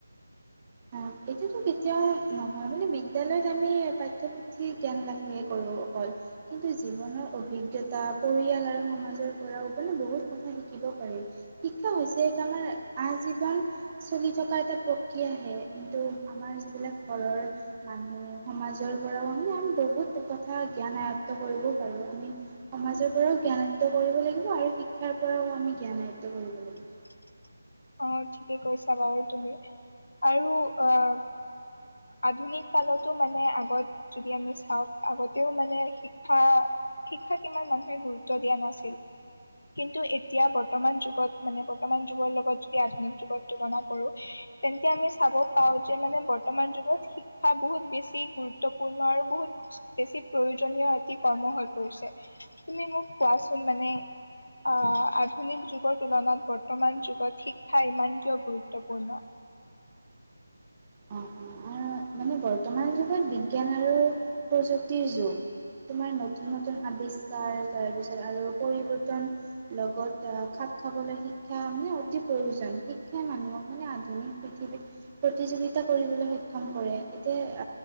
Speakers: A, on the right (about 20°); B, on the left (about 80°).
A: অঁ এইটোতো কেতিয়াও নহয় মানে বিদ্যালয়ত আমি পাঠ্যপুথিৰ জ্ঞান লাভ হে কৰো অকল কিন্তু জীৱনৰ অভিজ্ঞতা পৰিয়াল আৰু সমাজৰ পৰাও মানে বহুত কথা শিকিব পাৰি। শিক্ষা হৈছে এক আমাৰ আজীৱন চলি থকা এটা প্ৰক্ৰিয়াহে কিন্তু আমাৰ যিবিলাক ঘৰৰ মানুহ সমাজৰ পৰাও মানে আমি বহুত কথা জ্ঞান আয়ত্ব কৰিবও পাৰো আমি সমাজৰ পৰাও জ্ঞান আয়ত্ব কৰিব লাগিব আৰু শিক্ষাৰ পৰাও আমি জ্ঞান আয়ত্ব কৰিব লাগিব।
B: <unintelligible> অ, ঠিকে কৈছা বাৰু তুমি আৰু আহ আধুনিক কালতো মানে আগত যদি আমি চাওক আগতেও মানে শিক্ষা শিক্ষাক ইমান মানুহে গুৰুত্ব দিয়া নাছিল। কিন্তু এতিয়া বৰ্তমান যুগত মানে বৰ্তমান যুগৰ লগত যদি আধুনিক যুগত তুলনা কৰো তেন্ত আমি চাব পাওঁ যে মানে বৰ্তমান যুগত শিক্ষা বহুত বেছি গুৰুত্বপূৰ্ণ আৰু বহুত বেছি প্ৰয়োজনীয় এটি কৰ্ম হৈ পৰিছে। তুমি মোক কোৱাচোন মানে অ, আধুনিক যুগৰ তুলনাত বৰ্তমান যুগত শিক্ষা ইমান কিয় গুৰুত্বপূৰ্ণ।
A: অ - অ মানে বৰ্তমান যুগত বিজ্ঞান আৰু প্ৰযুক্তিৰ যুগ। তোমাৰ নতুন - নতুন আৱিষ্কাৰ তাৰপিছত আৰু পৰিৱৰ্তন লগত খাপ খাবলে শিক্ষা অ, মানে অতি প্ৰয়োজন শিক্ষাই মানুহক মানে আধুনিক পৃথিৱীত প্ৰতিযোগি তা কৰিবলৈ সক্ষম কৰে এতিয়া